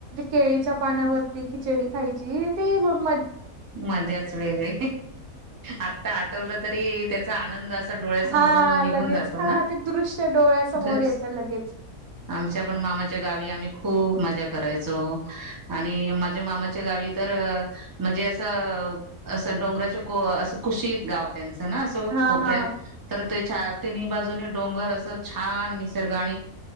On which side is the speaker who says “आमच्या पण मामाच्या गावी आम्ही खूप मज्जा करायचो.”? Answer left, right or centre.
Right